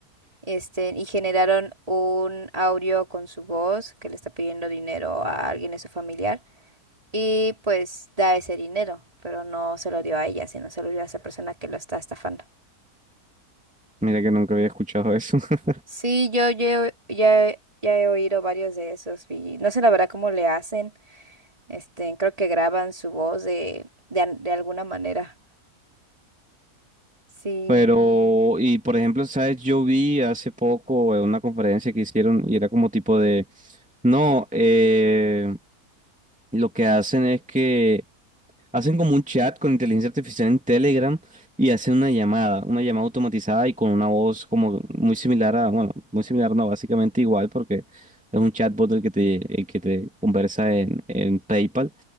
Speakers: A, on the right; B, in the centre.
A: este, y generaron un audio con su voz que le está pidiendo dinero a alguien de su familiar y pues da ese dinero, pero no se lo dio a ella, sino se lo dio a esa persona que lo está estafando.
B: Mira que nunca había escuchado eso. <laughs>
A: Sí, yo, yo ya, he- ya he oído varios de esos y no sé la verdad cómo le hacen, este, creo que graban su voz de, de, an- de alguna manera. Sí,
B: Pero, y por ejemplo, ¿sabes? Yo vi hace poco eh, una conferencia que hicieron y era como tipo de... No, eh, Lo que hacen es que hacen como un chat con inteligencia artificial en Telegram y hacen una llamada, una llamada automatizada y con una voz como muy similar a, bueno, muy similar, no, básicamente igual porque es un chatbot el que te, el que te conversa en, en PayPal.